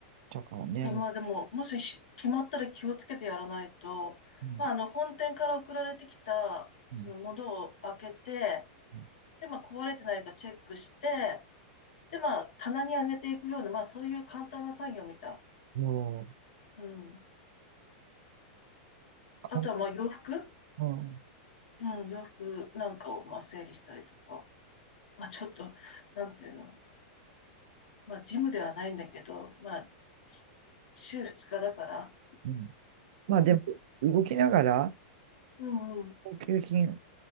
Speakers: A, on the right (about 55°); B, on the left (about 70°).
A: だからね、
B: いや、まあでも、もしし決まったら気をつけてやらないと、
A: う、うん
B: まあ、あの、本店から送られてきた、
A: うん
B: そのものを開けて、
A: うん
B: で、まあ、壊れてないかチェックして、で、まあ、棚に上げていくような、まあ、そういう簡単な作業みた
A: も
B: い。うん。
A: う、
B: あとは、
A: かん、
B: まあ、洋服
A: うんうん
B: うん、洋服なんかを、まあ、整理したりとか、まあ、ちょっと、なんていうの、まあ、ジムではないんだけど、まあ、し週2日だから、
A: うんまあでも、
B: まあ、ちょっと、
A: 動きながら、
B: うんうん。
A: 高級品